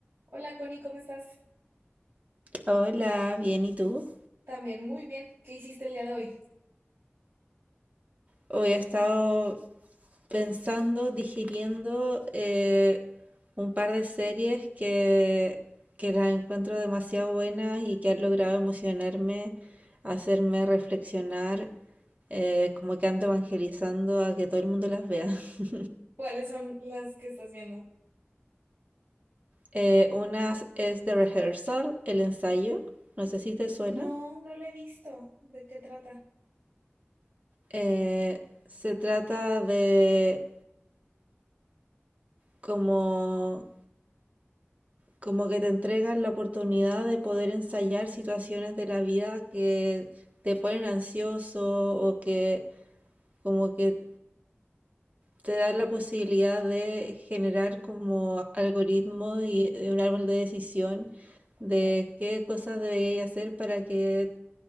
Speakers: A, on the right; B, on the right.
A: Hola Connie, ¿cómo estás?
B: Hola, bien, ¿y tú?
A: También muy bien. ¿Qué hiciste el día de hoy?
B: Hoy he estado pensando, digiriendo eh, un par de series que, que las encuentro demasiado buenas y que han logrado emocionarme, hacerme reflexionar, eh, como que ando evangelizando a que todo el mundo las vea. <laughs>
A: ¿Cuáles son las que estás viendo?
B: Eh, una es The Rehearsal, el ensayo, no sé si te suena.
A: No, no la he visto. ¿De qué trata?
B: Eh, se trata de como Como que te entregan la oportunidad de poder ensayar situaciones de la vida que te ponen ansioso o que como que te dan la posibilidad de generar como algoritmo y eh, un árbol de decisión
A: Ok.
B: de qué cosas deberías hacer para que